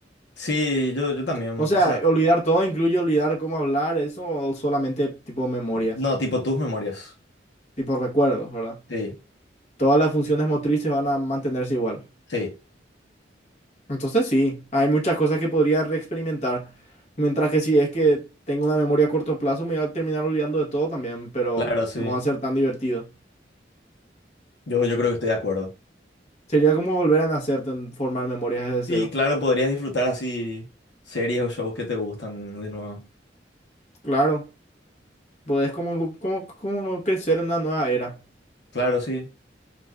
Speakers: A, on the left; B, on the left.
A: Sí, yo, yo también,
B: O sea,
A: o sea,
B: olvidar todo incluye olvidar cómo hablar, eso, o solamente tipo memorias,
A: no, tipo tus memorias.
B: tipo recuerdos, ¿verdad?
A: Sí,
B: Todas las funciones motrices van a mantenerse igual.
A: sí,
B: Entonces sí, hay muchas cosas que podría reexperimentar. Mientras que si es que tengo una memoria a corto plazo, me voy a terminar olvidando de todo también, pero
A: claro, sí.
B: no va a ser tan divertido.
A: Yo, yo creo que estoy de acuerdo.
B: Sería como volver a nacer, ten- formar memorias desde
A: Sí,
B: cero.
A: claro, podrías disfrutar así series o shows que te gustan de nuevo.
B: Claro, podés como, como, como crecer en una nueva era.
A: Claro, sí.